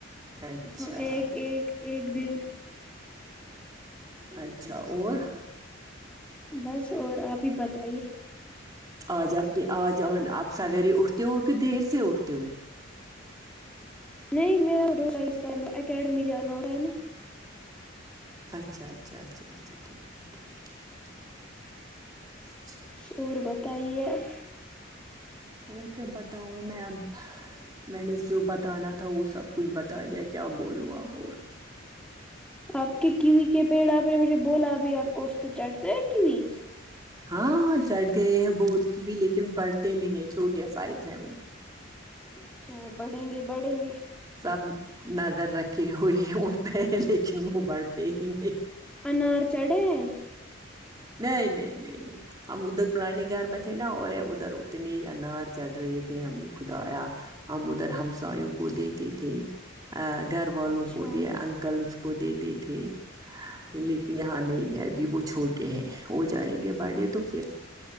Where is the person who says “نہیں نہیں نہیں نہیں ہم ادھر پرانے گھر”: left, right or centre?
Right